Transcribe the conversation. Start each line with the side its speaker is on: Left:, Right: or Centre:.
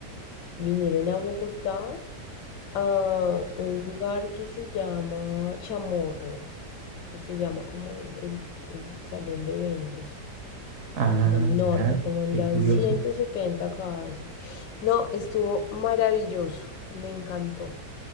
Left: Vinieron a Bogotá a un lugar que se llama Chamorro, que se llama como el, el- el salón de eventos,
Right: Ah,
Left: en el
Right: mira,
Left: norte, como en
Right: qué
Left: las
Right: curioso.
Left: 170 casi. No, estuvo maravilloso, me encantó.